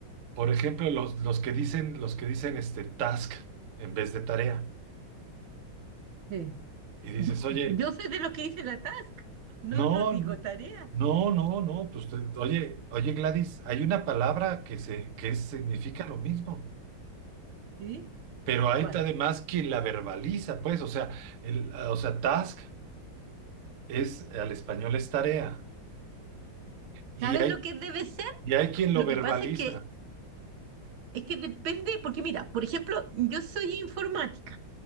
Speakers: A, on the right; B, on the right.
A: por ejemplo, los, los que dicen, los que dicen este task en vez de tarea.
B: eh.
A: Y dices,
B: No,
A: oye,
B: yo sé de lo que dice la task. No,
A: no,
B: no digo
A: no,
B: tarea.
A: no, no, no, pues te- oye, oye, Gladys, hay una palabra que se, que significa lo mismo.
B: ¿Sí?
A: Pero hay
B: ¿Cuál?
A: t- además quien la verbaliza, pues, o sea, el, o sea, task es, al español es tarea. Y
B: ¿Sabes
A: hay,
B: lo que debe ser?
A: y hay quien
B: Lo
A: lo verbaliza.
B: que pasa es que, es que depende, porque mira, por ejemplo, yo soy informática,